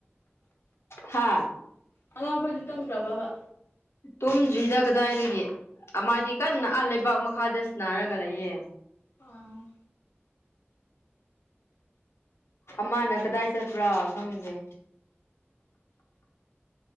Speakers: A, on the left; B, on the left.
A: ꯊꯥ
B: ꯑꯉꯥꯡꯈꯣꯏ ꯆ ꯇꯝ ꯀ꯭ꯔꯕꯕꯥ
A: ꯇꯨꯝꯗ꯭ꯔꯤ ꯍꯤꯗꯥꯛ ꯀꯗꯥꯏꯗꯒꯤꯦ ꯃꯥꯗꯤ ꯀꯟꯅ ꯑꯥ ꯂꯩꯕꯥꯛ ꯃꯈꯥꯗꯁꯨ ꯅꯥꯔꯒ ꯂꯩꯌꯦꯦ
B: ꯑ
A: ꯑꯃꯅ ꯀꯗꯥꯏ ꯆꯠꯄ꯭ꯔꯥ ꯈꯪꯒꯦ